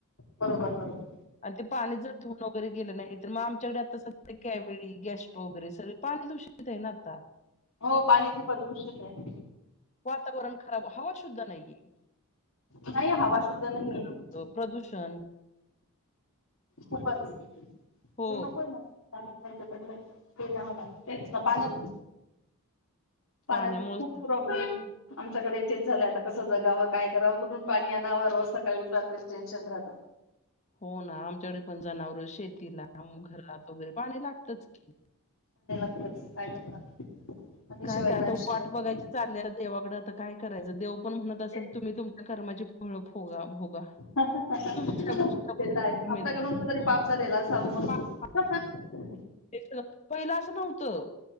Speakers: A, on the left; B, on the left.
A: बरोबर बरोबर.
B: आणि ते पाणी जर धुवन वगैरे गेलं नाही तर मग आमच्या कडे आता सध्या कविळी, गॅस्ट्रो वगैरे सगळ पाणी धु <unintelligible> आहे ना आता,
A: हो पाणी खूपच दुषित आहे.
B: वातवरण खराब हवच शुद्ध नाहीये
A: नाही हवा
B: <unintelligible>
A: शुद्ध नाहीये
B: प्रदूषण.
A: खूपच ते
B: हो
A: नकोय मला नाही तो पडलाय. ते दहाला तेच ना पाण्यात पाण्यात
B: पाण्यामुळे
A: खूप प्रॉब्लेम आमच्याकडे तेच झालंय आता कसं जगावं, काय करावं, कुठून पाणी आणावं, रोज सकाळी उठल्यावर तेच टेन्शन राहतं <inaudible>
B: हो. ना, आमच्याकडे पण जनावरं शेतीला, घरात वगैरे पाणी लागतंच की.
A: बस- काय -करता. पाण्याशिवायचं
B: काय -काय आता
A: आयुष्य
B: वाट
A: नाही हो
B: बघायची चाललय देवाकडे. आता काय करायचं देव पण म्हणत असेल
A: तेच
B: तुम्ही तुम्हाला कर्माची फळं- फोगा. भोगा
A: <inaudible> ते तर
B: तुमच्या गोष्टीला कुठेतरी
A: आहेच.
B: जिम्मेदार
A: आपल्याकडून
B: आहे.
A: कुठ तरी पाप झालेला असावं म्हणून.
B: पा-
A: स
B: पा-
A: <unintelligible>
B: -पहिलं असं नव्हतं,